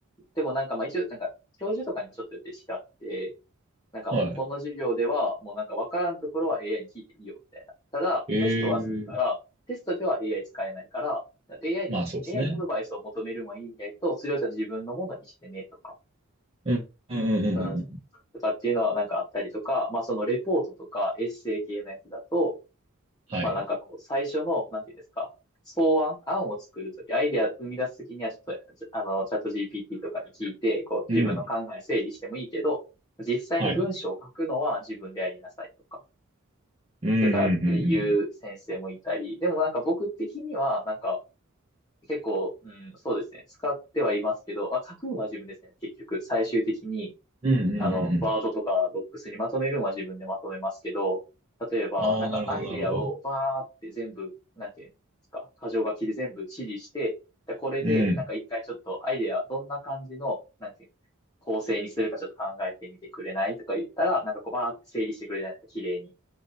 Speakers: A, on the left (about 20°); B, on the right (about 30°).
A: でもなんかまあ一応なんか教授とかにもちょっとよって違って、なんかもうこの授業ではもうなんかわからんところは
B: はい。
A: AI に聞いていいよみたいな。ただテストはするから、
B: ええ
A: テストでは AI 使えないから、AI に、
B: まあ、そうですね。
A: AI にアドバイスを求めるのはいいんだけど、それをじゃあ自分のものにしてねとか。
B: うん。うんうんうんうんうん。
A: うん。とかっていうのはなんかあったりとか、まあそのレポートとかエッセイ系のやつだと、
B: はい。
A: まあなんかこう最初の、なんていうんですか、草案、案を作るとき、アイデア生み出すときにはちょっと、じあの、チャット GPT とかに聞いて、こう自分の考え整理してもいいけど、
B: うん。
A: 実際に文章を書くのは自分でやりなさいとか、
B: はい。うんうんうんうん。
A: てかっていう先生もいたり、でもなんか僕的にはなんか結構、うん、そうですね、使ってはいますけど、あ、書くのは自分ですね、結局、最終的に。
B: うんうんうんうん。
A: あの、ワードとかドックスにまとめるのは自分でまとめますけど、例えば、
B: ああ、
A: なんかアイデアをわーって全部、
B: なるほど、なるほど。
A: なんていうんですか、箇条書きで全部指示して、で、これで、
B: うん。
A: なんか一回ちょっとアイデア、どんな感じの、なんていう、構成にするかちょっと考えてみてくれないとか言ったら、なんかこうバーって整理してくれないとか、綺麗に。